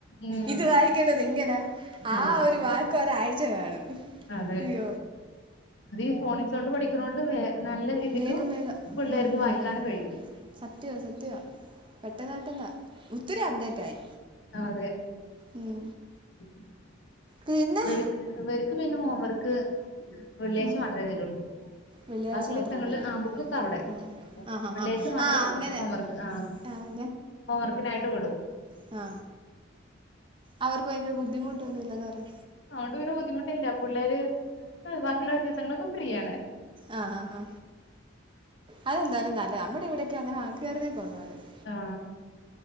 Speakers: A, on the left; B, on the right.
A: ഉം
B: ഇത് വായിക്കേണ്ടത് ഇങ്ങനാ ആ
A: ആഹ്
B: ഒരു വാക്ക് ഒരാഴ്ച കാണും.
A: അതെ
B: അ
A: അത് ഈ ഫോണിക് സോണ്ട് പഠിക്കുന്നോണ്ട് നല്ല രീതിക്ക്
B: വേഗം വേഗം
A: പിള്ളേർക്ക്
B: ഉം
A: വായിക്കാൻ
B: ഉം
A: കഴിയും
B: സത്യവാ സത്യവാ പെട്ടെന്ന് പെട്ടെന്നാ ഒത്തിരി അപ്ഡേറ്റ് ആയി
A: ആ അതെ
B: ഉം
A: <inaudible>
B: പിന്നെ
A: ഇവര്ക് ഇവര്ക് പിന്നെ ഹോം വർക്ക് വെള്ളിയാഴ്ച
B: ഉം.
A: മാത്രെ തരുള്ളു
B: വെള്ളിയാഴ്ച
A: ബാക്കുള്ള
B: മാത്രേ
A: ദിവസങ്ങളിൽ
B: ഉള്ളില്
A: ആ ബുക്കൊക്കെ അവടെ
B: ഉം ആഹ് ആഹ്
A: വെള്ളിയാഴ്ച
B: ആഹ്
A: മാത്രം
B: ആ അങ്ങനെ
A: ഹോം വർക്ക് ആ
B: ആഹ്
A: ഹോംവർക്കിനായിട്ട് വിടും
B: ആ അവർക്ക് ഭയങ്കര ബുദ്ധിമുട്ടൊന്നുല്ല പറി
A: അ ഓണ്ട് പിന്നെ ബുദ്ധിമുട്ടില്ല പിള്ളേര് ബാക്കിയുള്ള ദിവസങ്ങളൊക്കെ ഫ്രീ ആണ്
B: ആ ആ ആ അതെന്തായാലും നല്ല നമ്മടെ ഇവിടെയൊക്കെ അങ്ങനെ ആക്കിയർന്നെ കൊള്ളാരുന്നു
A: ആ